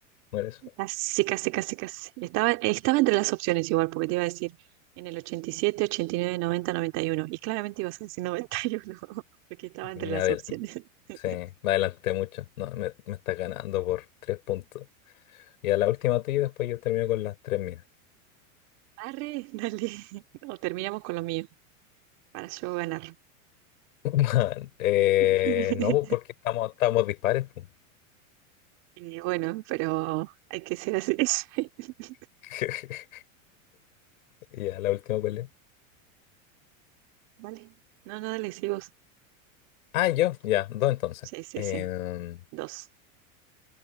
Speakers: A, on the left; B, on the right.
A: no era eso.
B: Casi, casi, casi, casi. Estaba, estaba entre las opciones igual, porque te iba a decir en el 87, 89, 90, 91. Y nueve, noventa, noventa y uno. Y claramente ibas a decir 91, <laughs> porque estaba entre
A: Me
B: las
A: adel-
B: opciones. <laughs>
A: sí, me adelanté mucho. No, me, me está ganando por tres puntos. Y a la última tuya y después yo termino con las tres mías.
B: Arre, dale. O terminamos con lo mío, para yo ganar.
A: <laughs> Man, eh,
B: <laughs>
A: no, pues, porque estamos, estamos dispares. pues.
B: Y bueno, pero hay que ser así. <laughs>
A: <laughs> Ya, la última cuál es.
B: Dale. No, no, dale, sí, vos.
A: Ah, yo, ya, dos entonces.
B: Sí, sí,
A: Em,
B: sí. Dos.